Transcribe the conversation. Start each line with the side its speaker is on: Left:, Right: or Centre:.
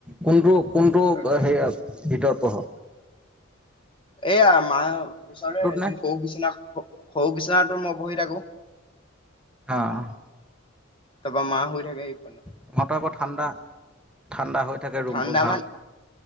Centre: কোনটো কোনটো
Left: তাকে
Centre: অ' হেৰিৰ ভিতৰত পৰহ।
Left: এইয়া, মা ওচৰতে
Centre: নে
Left: সৰু বিচনা, সৰু বিচনাটোত মই পঢ়ি থাকোঁ।
Centre: অ'।
Left: তাৰপৰা মা শুই থাকে এইফালে।
Centre: তহঁতৰ আকৌ ঠাণ্ডা, ঠাণ্ডা হৈ থাকে ৰূমটো
Left: ঠাণ্ডা
Centre: ভাল।
Left: মান